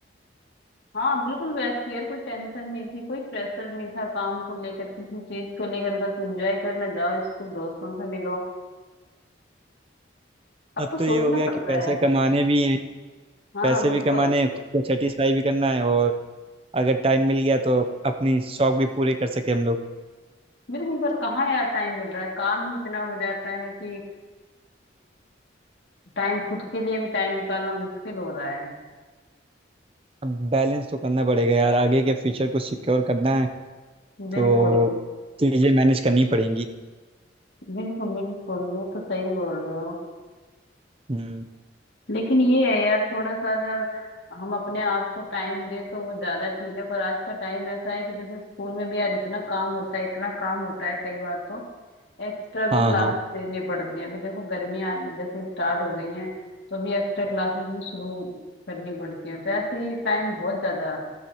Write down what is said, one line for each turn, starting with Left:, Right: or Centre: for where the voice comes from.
Left: हाँ बिल्कुल व्यस्त थी यार कोई टेंशन नहीं थी कोई प्रेशर नहीं था काम को लेकर किसी चीज को लेकर बस एंजॉय करना जाओ स्कूल दोस्तों से मिलो अब
Right: अब
Left: तो सोचना
Right: तो ये हो गया
Left: पड़ता
Right: कि पैसे
Left: है
Right: कमाने भी हैं
Left: हाँ
Right: पैसे
Left: बिल्कुल
Right: भी कमाने हैं खुद को सेटिस्फाई भी करना है और अगर टाइम मिल गया तो अपनी शौक भी पूरे कर सके हम लोग
Left: बिल्कुल पर कहाँ यार टाइम मिल रहा है काम ही इतना हो जाता है कि टाइम खुद के लिए भी टाइम निकालना मुश्किल हो रहा है
Right: अब बैलेंस तो करना पड़ेगा यार आगे के फ्यूचर को सिक्योर करना है
Left: बिल्कुल
Right: तो चीज़ें मैनेज करनी पड़ेंगी
Left: बिल्कुल बिल्कुल ये तो सही बोल रहे हो
Right: हम्म
Left: लेकिन ये है यार थोड़ा सा अगर हम अपने आप को टाइम दे तो वो ज्यादा ठीक है पर आज का टाइम ऐसा है कि देखो स्कूल में भी यार इतना काम होता है इतना काम होता है कई बार तो एक्स्ट्रा भी
Right: हाँ
Left: क्लासेस
Right: हाँ
Left: देनी पड़ती हैं अभी देखो गर्मियां जैसे स्टार्ट हो गई हैं तो अभी एक्स्ट्रा क्लासेस भी शुरू करनी पड़ती हैं तो ऐसे ही टाइम बहुत ज्यादा